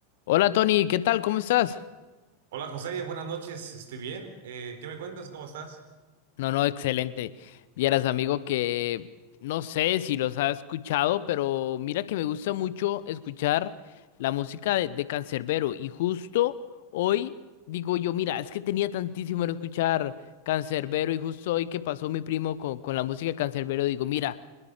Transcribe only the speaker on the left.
Hola Tony, ¿qué tal? ¿Cómo estás?
No, no, excelente. Vieras, amigo, que no sé si los has escuchado, pero mira que me gusta mucho escuchar la música de, de Canserbero. Y justo hoy digo yo, mira, es que tenía tantísimo en escuchar Canserbero y justo hoy que pasó mi primo con, con la música de Canserbero, digo, mira.